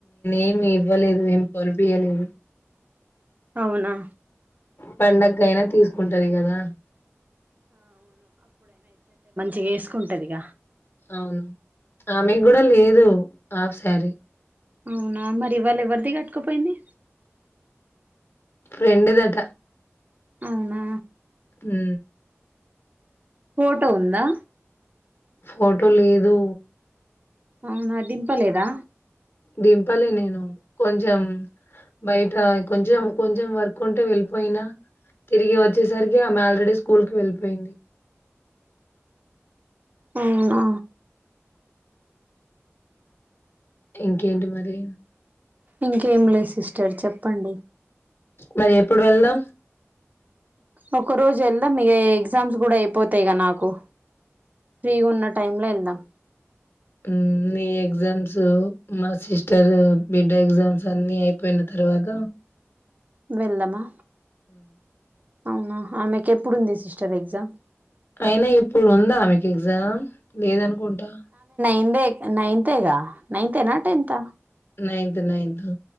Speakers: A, on the left; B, on the right.
A: ఏమి ఇవ్వలేదు ఏం కొనిపియలేదు
B: అవునా
A: పండగ కైయిన తీసుకుంటది కదా
B: చేసుకుంటదిగ
A: అవును ఆమెకు కూడ లేదు హాఫ్ సారీ
B: అవునా మరి ఇవాళ ఎవరిది కట్టుకపోయింది
A: ఫ్రెండు దట
B: అవునా
A: మ్
B: ఫోటో ఉందా
A: ఫోటో లేదు
B: అవునా దింపలేదా
A: దింపలే నేను కొంచెం బయట కొంచెం కొంచెం వర్క్ ఉంటే వెళ్ళిపోయినా తిరిగి వచ్చేసరికి ఆమె ఆల్రెడీ స్కూల్ కి వెళ్ళిపోయింది
B: అవునా
A: ఇంకేంటి మరి
B: ఇంకేం లేదు సిస్టర్ చెప్పండి
A: మరి ఎప్పుడు వెళ్దాం
B: ఒక రోజు ఎళ్దాం మీ ఇగ ఎగ్జామ్స్ కూడా అయిపోతాయి గా నాకు ఫ్రీగున్న టైమ్ లో వెళ్దాం
A: మ్ నీ ఎగ్జామ్సు మా సిస్టర్ బిడ్డ ఎగ్జామ్స్ అన్ని అయిపోయిన త ర్వాగ
B: వెళ్దామా అవునా ఆమెకు ఎప్పుడుంది సిస్టర్ ఎగ్జామ్
A: అయినా ఇప్పుడు ఉందా ఆమెకు ఎగ్జామ్ లేదనుకుంటా
B: <unintelligible> నైన్తేగా నైన్తే నా టెన్తా
A: నైంతు నైంతు